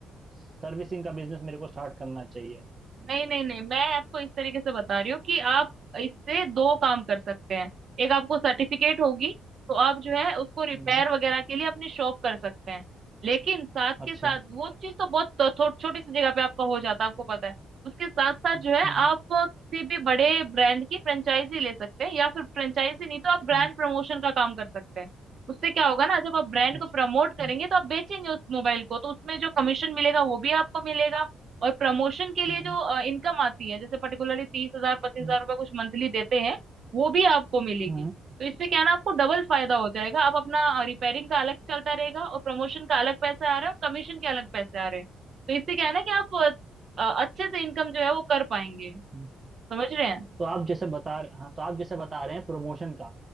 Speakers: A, on the right; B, on the right.
A: सर्विसिंग का बिजनेस मेरे को स्टार्ट करना चाहिए
B: नहीं नहीं नहीं मैं आपको इस तरीके से बता रही हूँ कि आप इससे दो काम कर सकते हैं एक आपको सर्टिफिकेट होगी तो आप जो है उसको रिपेयर
A: हम्म
B: वगैरह के लिए अपनी शॉप कर सकते हैं लेकिन साथ
A: अच्छा
B: के साथ वो चीज तो बहुत थो, थो, छोटी सी जगह पे आपका हो जाता है आपको पता है उसके साथ साथ
A: हम्म
B: जो है आप किसी भी बड़े ब्रांड की फ्रेंचाइजी ले सकते हैं या फिर फ्रेंचाइजी नहीं तो आप ब्रांड
A: हम्म,
B: प्रमोशन का काम कर सकते हैं उससे क्या होगा ना जब आप ब्रांड
A: अच्छा
B: को प्रमोट करेंगे
A: हम्म
B: तो आप बेचेंगे उस मोबाइल को तो उसमें जो कमीशन मिलेगा वो भी आपको मिलेगा और प्रमोशन के लिए
A: हम्म
B: जो इनकम आती है जैसे पर्टिकुलरली तीस हजार पच्चीस हजार
A: हम्म
B: रुपये कुछ मंथली देते हैं वो भी आपको मिलेगी
A: हम्म
B: तो इससे क्या है ना आपको डबल फायदा हो जाएगा आप अपना रिपेयरिंग का अलग चलता रहेगा और प्रमोशन का अलग पैसे आ रहे हैं और कमीशन के अलग पैसे आ रहे हैं तो इससे क्या है ना कि आप अ, अच्छे से इनकम जो है वो कर पाएंगे
A: तो
B: समझ रहे हैं
A: तो आप जैसे बता रहे हाँ तो आप जैसे बता रहे हैं प्रमोशन का